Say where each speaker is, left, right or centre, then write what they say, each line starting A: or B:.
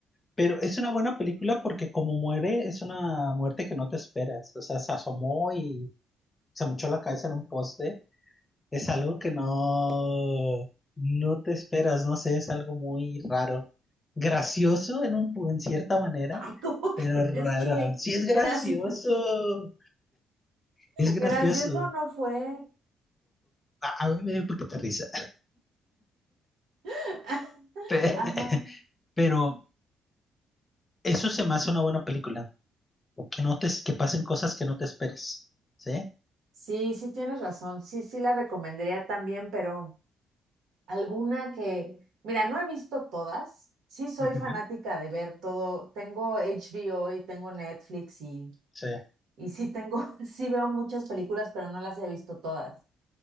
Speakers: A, on the left (about 25°); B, on the right (about 80°).
A: Pero es una buena película porque como muere, es una muerte que no te esperas. O sea, se asomó y se mochó la cabeza en un poste. Es algo que no, no te esperas, no sé, es algo muy raro. Gracioso en un, pu- en cierta manera,
B: Ay, ¿cómo
A: pero
B: <laughs> crees,
A: raro.
B: Chuy?
A: Sí, es gracioso.
B: Gracias.
A: Es gracioso.
B: Gracioso no fue.
A: A, a mí me dio un poquito de risa.
B: <laughs>
A: Pe-
B: Ajá.
A: <laughs> Pero eso se me hace una buena película. Que no te, que pasen cosas que no te esperes. ¿Sí?
B: Sí, sí tienes razón. Sí, sí la recomendaría también, pero alguna que, mira, no he visto todas. Sí soy
A: Ujú.
B: fanática de ver todo. Tengo HBO y tengo Netflix y,
A: Sí.
B: y sí tengo, <laughs> sí veo muchas películas, pero no las he visto todas.